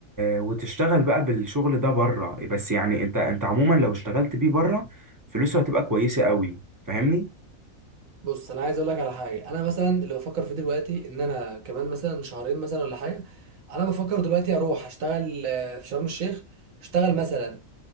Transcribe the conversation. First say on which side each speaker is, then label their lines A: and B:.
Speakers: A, on the right (about 25°); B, on the right (about 75°).
A: وتشتغل بقى بالشغل ده بره بس يعني انت انت عموما لو اشتغلت بيه بره فلوسه هتبقى كويسة قوي فاهمني
B: بص انا عايز اقول لك على حاجه انا مثلا اللي بفكر فيه دلوقتي ان انا كمان مثلا شهرين مثلا ولا حاجه انا بفكر دلوقتي اروح اشتغل آه، في شرم الشيخ اشتغل مثلا